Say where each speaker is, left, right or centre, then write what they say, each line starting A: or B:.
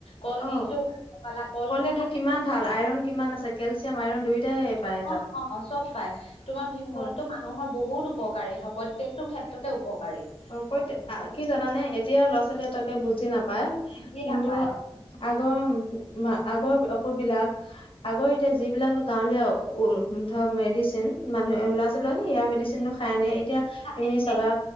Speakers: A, on the left (about 85°); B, on the left (about 65°).
A: কলডিলটো
B: অ
A: খাব পালা কলটো
B: কলডিলটো
A: খাব
B: কিমান ভাল আইৰন কিমান আছে কেলচিয়াম আইৰন দুয়োটাই পায়
A: অ
B: তাত
A: অ অ চব পাই তোমাৰ ভীমকলটো
B: হয়
A: মান নহয় বহুত উপকাৰী প্ৰত্যেকটো ক্ষেত্ৰতে উপকাৰী
B: অ কৈ থাকা
A: ভীমকল
B: কি জানানে এতিয়া ল'ৰা-ছোৱালী এ তাকে বুজি নাপায়
A: বুজি
B: কিন্তু
A: নাপায়
B: আগৰ-মা, আগৰ অসুৰবিলাক আগৰ এতিয়া যিবিলাক গাৱঁলীয়া ঔ দ মেডিচিন মানুহে ল'ৰা-ছোৱালীবিলাক ইয়াৰ মেডিচিনো খাই নে? এতিয়া
A: খাইনে
B: তুমি চাবা